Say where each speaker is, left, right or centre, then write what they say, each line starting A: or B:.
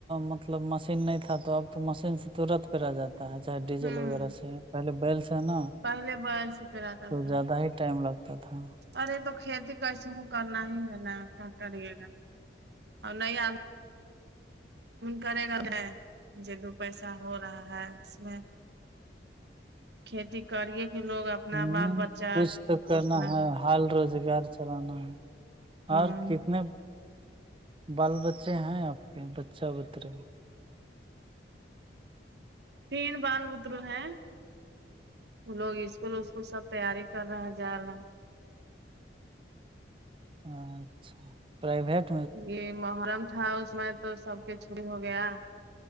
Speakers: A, on the right; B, on the right.
A: مطلب مشین نہیں تھا تو اب تو مشین سے ترت پہ آ جاتا چاہے ڈیزل
B: ہوں
A: وغیرہ سے پہلے بیل سے نا
B: پہلے بیل سے پراتا
A: کچھ
B: تھا
A: زیادہ ہی ٹائم لگتا تھا
B: ارے تو کھیتی کیس ہ کرنا ہی ہے نا کیا کرے گا اور نہیں آ کرے گا ن مجھے دو پیسہ ہو رہا ہے اس میں کھیتی کریے کہ لوگ اپنا
A: ہ
B: بال بچہ
A: کچھ
B: کو
A: تو
B: پوسنا
A: کرنا
B: ہے
A: حال روزگار چلانا ہے
B: ہوں
A: اور کتنے بال بچے ہیں آپ کے بچہ بتر
B: تین بال بدرو ہیں لوگ اسکول اسکول سب تیاری کر رہا ہے جا رہا
A: اچھا پرائییٹ
B: یہ محرم تھا اس میں تو سب کے چریی ہو گیا